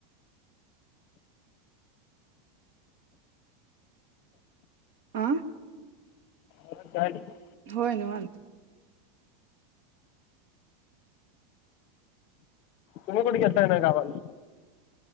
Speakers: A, on the right (about 65°); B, on the left (about 45°).
A: हां
B: <unintelligible>
A: होय निवांत
B: तुम्ही कुट गेलता का, नाही गावाला तेन?